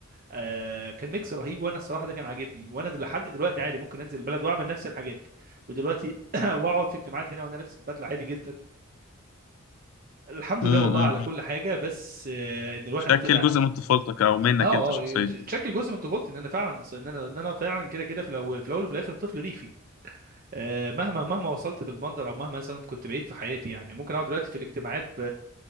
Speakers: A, on the right (about 45°); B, on the left (about 80°).
A: آه كان ميكس رهيب وانا الصراحه ده كان عاجبني وانا دل- لحد دلوقتي عادي ممكن انزل البلد واعمل نفس الحاجات ودلوقتي <clears throat> واقعد في اجتماعات هنا وانا لابس البدله عادي جدا الحمد
B: امم
A: لله والله على كل حاجه بس آه، ان الواحد
B: شكل
A: طلع
B: جزء من طفولتك او منك
A: اه
B: انت شخصيا
A: اه
B: يعني
A: تشكل جزء من طفولتي ان انا فعلا ان انا ان انا فعلا كده كده في الاول في الاول وفي الاخر طفل ريفي آه، مهما مهما وصلت في المنظر او مهما مثلا كنت بعيد في حياتي يعني ممكن اقعد دلوقتي في الاجتماعات ب...